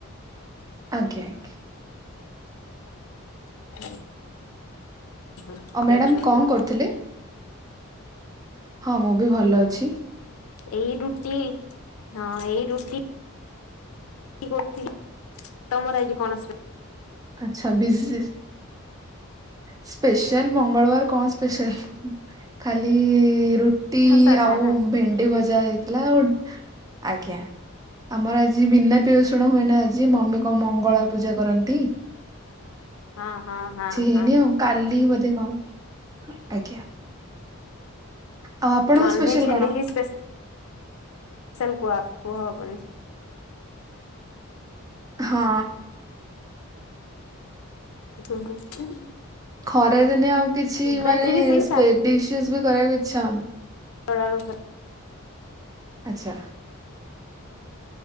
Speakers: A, on the right; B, on the left.
A: ଆଜ୍ଞା।
B: <inaudible> କେମିତି
A: ଅ ମ୍ୟାଡାାମ
B: ଅଛ କୁହ
A: କଣ କରୁଥିଲେ? ହଁ ମୁଁ ବି ଭଲ ଅଛି।
B: ଏଇ ରୁଟି ହଁ ଏଇ ରୁଟି ରୁଟି କରୁଥୀଲି ତମର ଆଜି କଣ ସ୍
A: ଆଛା ଵିଜ ସ୍ପେଶାଆଲ ମଙ୍ଗଳବାର କଣ ସ୍ପେଶାଲ ଖାଲି ରୁଟି
B: ସାଧା
A: ଆଉ
B: ନା
A: ଭେଣ୍ଡି ଭଜା ହେଇ ଥିଲା ଗୋ ଆଜ୍ଞା ଆମର ଆଜି ବିନା ପିଆଜ ରସୁଣ <unintelligible> ହୁଏ ନା ଆଜି ମମି ମଙ୍ଗଳା ପୂଜା କରନ୍ତି ନ୍ତି
B: ହଁ ହଁ ହଁ
A: ଦିନି
B: ହଁ।
A: ଆଉ କା ଏତିକି ବୋଧେ କମ ଆଜ୍ଞା। ଆଉ ଆପଣଙ୍କ
B: ନନଭେଜ
A: ସ୍ପେଶାଲ କଣ?
B: ହେଲେ ହିଁ ସ୍ପେ ସିଆଲ କୁହା କୁହା ହବନି
A: ହଁ।
B: ହୁଁ ହୁଁ।
A: ଖରା ଦିନେ ଆଉ କିଛି
B: ଆମର
A: ମାନେ
B: ଆଜି ବି ସେଇ
A: ସ୍ପେ ଡିସେସ୍ ବି କରିବାକୁ ଇଚ୍ଛା ହଉନି।
B: ଟଳ ଆଳୁ ଭ
A: ଆଚ୍ଛା।